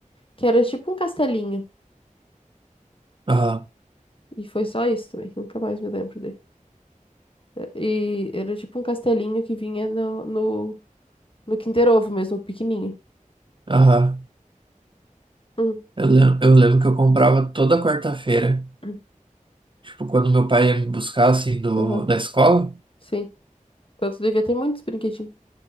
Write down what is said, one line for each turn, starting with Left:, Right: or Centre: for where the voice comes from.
Left: que era tipo um castelinho.
Right: aham,
Left: E foi só isso também, que eu nunca mais me lembro dele. É, E era tipo um castelinho que vinha no, no, no Kinder Ovo mesmo, pequenininho.
Right: aham.
Left: Uhum.
Right: Eu lembro, eu lembro que eu comprava toda quarta-feira,
Left: uhum,
Right: tipo, quando meu pai ia me buscar, assim, do,
Left: Aham,
Right: da escola.
Left: sim. Então tu devia ter muitos brinquedinhos.